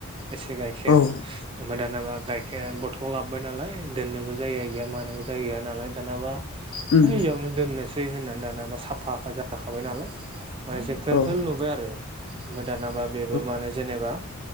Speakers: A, on the right; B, on the left.
A: एसे गाइखेर
B: औ
A: ओमफाय दा जेनाबा गाइखेर बथ'ल लाबबाय नालाय दोननोबो जाया गैया मानोबो जाय गैया नालाय दानाबा है
B: उम
A: इयावनो दोननोसै होननानै दानाबा साफा जाखाबाय नालाय मान जेंखोल
B: औ
A: खोल नुबाय आरो ओमफाय दानाबा बेबो
B: औ
A: माने ज जेनेबा